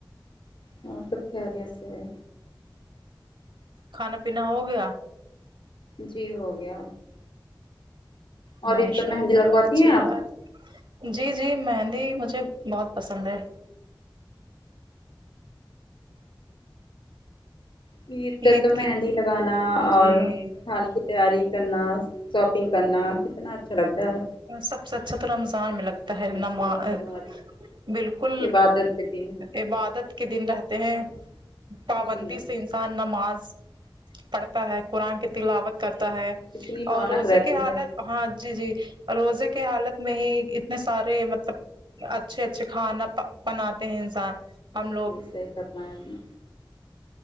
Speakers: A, on the left; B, on the right.
A: اور سب خیریت سے ہے
B: کھانا پینا ہو گیا
A: جی ہو گیا اور
B: ماشاء
A: عید پر مہندی
B: اللہ
A: لگواتی
B: بہت اچھی
A: ہیں آپ
B: بات جی جی مہندی مجھے بہت پسند ہے
A: پیر ت
B: عید
A: تو
B: کی
A: مہندی لگانا اور
B: جی
A: کھانے کی تیاری کرنا شاپنگ کرنا کتنا اچھا لگتا ہے
B: سب سے اچھا تو رمضان میں لگتا ہے
A: جی
B: نماز
A: صحیح فرما
B: بالکل
A: عبادت کے دن
B: عبادت کے دن رہتے ہیں پابندی
A: جی
B: سے انسان نماز پڑھتا ہے قرآن کی تلاوت کرتا ہے
A: کتنی رونق
B: اور روزے
A: رہتی
B: کی حالت
A: ہے
B: ہاں جی جی روزے کے حالت میں ہی اتنے سارے مطلب اچھے اچھے کھانا بناتے ہیں انسان ہم لوگ
A: جی صحیح فرمایا اپنے